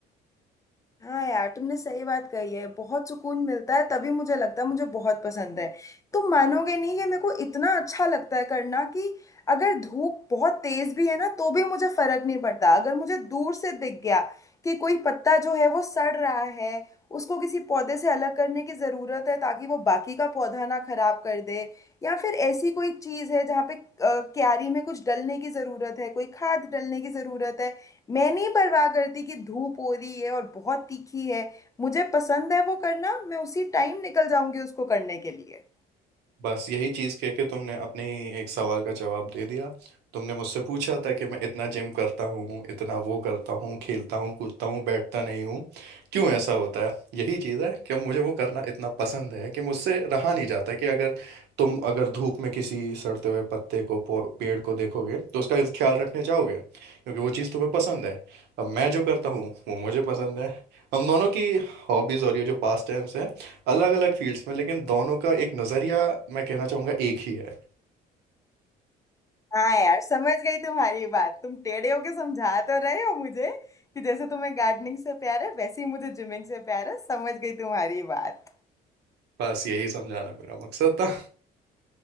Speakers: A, on the left (about 20°); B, on the right (about 80°).
A: हाँ यार तुमने सही बात कही है बहुत सुकून मिलता है तभी मुझे लगता है मुझे बहुत पसंद है तुम मानोगे नहीं कि मेरे को इतना अच्छा लगता है करना कि अगर धूप बहुत तेज भी है ना तो भी मुझे फर्क नहीं पड़ता अगर मुझे दूर से दिख गया कि कोई पत्ता जो है वो सड़ रहा है उसको किसी पौधे से अलग करने की ज़रूरत है ताकि वो बाकी का पौधा ना खराब कर दे या फिर ऐसी कोई चीज़ है जहाँ पे अ, क्यारी में कुछ डलने की ज़रूरत है कोई खाद डलने की ज़रूरत है मैं नहीं परवाह करती कि धूप हो रही है और बहुत तीखी है मुझे पसंद है वो करना मैं उसी टाइम निकल जाऊंगी उसको करने के लिए
B: बस यही चीज़ कह के तुमने अपने ही एक सवाल का जवाब दे दिया तुमने मुझसे पूछा था कि मैं इतना जिम करता हूँ इतना वो करता हूँ खेलता हूँ कूदता हूँ बैठता नहीं हूँ क्यों ऐसा होता है यही चीज़ है कि मुझे वो करना इतना पसंद है कि मुझसे रहा नहीं जाता कि अगर तुम अगर धूप में किसी सड़ते हुए पत्ते को पौ- पेड़ को देखोगे तो उसका ख्याल रखने जाओगे क्योंकि वो चीज़ तुम्हें पसंद है अब मैं जो करता हूँ वो मुझे पसंद है हम दोनों की हॉबीज़ और ये जो पास टाइम्स है अलग अलग फील्ड्स में लेकिन दोनों का एक नजरिया मैं कहना चाहूंगा एक ही है
A: हाँ यार समझ गई तुम्हारी बात तुम टेढ़े होके समझा तो रहे हो मुझे कि जैसे तुम्हें गार्डनिंग से प्यार है वैसे ही मुझे जिमिंग से प्यार है समझ गई तुम्हारी बात
B: बस यही समझाना मेरा मकसद था